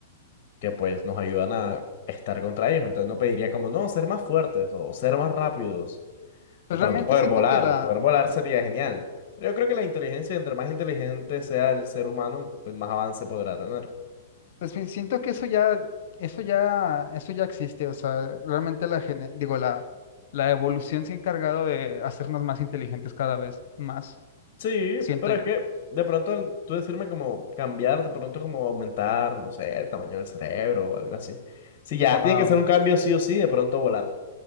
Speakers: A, on the left; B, on the left.
A: que pues nos ayudan a estar contra ellos. Entonces no pediría como, no, ser más fuertes o ser más rápidos
B: Pues
A: De pronto
B: realmente
A: poder
B: siento
A: volar,
B: que la,
A: poder volar sería genial. Pero yo creo que la inteligencia, entre más inteligente sea el ser humano, pues más avance podrá tener.
B: pues sí, siento que eso ya, eso ya, eso ya existe. O sea, realmente la, gene- digo, la, la evolución se ha encargado de hacernos más inteligentes cada vez más,
A: Sí,
B: siento
A: pero
B: yo.
A: es que de pronto al tú decirme como cambiar, de pronto como aumentar, no sé, el tamaño del cerebro o algo así. Si ya
B: Wow.
A: tiene que ser un cambio sí o sí, de pronto volar.